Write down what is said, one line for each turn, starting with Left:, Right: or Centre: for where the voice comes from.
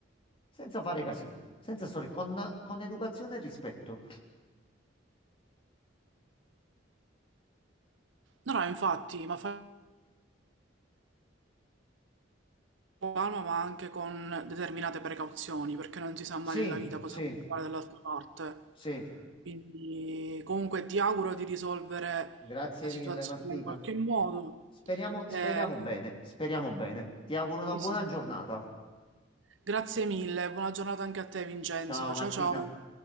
Left: senza fare casini, senza storie, con, con educazione e rispetto.
Right: No, no, infatti, ma fa con calma, ma anche con determinate precauzioni, perché non si sa mai
Left: Sì,
Right: nella vita cosa
Left: sì,
Right: può fare dall'altra parte.
Left: sì.
Right: Quindi, comunque, ti auguro di risolvere
Left: Grazie
Right: la
Left: mille,
Right: situazione
Left: Martina.
Right: in qualche modo.
Left: Speriamo,
Right: Eh,
Left: speriamo bene, speriamo bene. Ti auguro una
Right: sì,
Left: buona
Right: sì.
Left: giornata.
Right: Grazie mille, buona giornata anche a te, Vincenzo.
Left: Ciao,
Right: Ciao,
Left: Martina.
Right: ciao.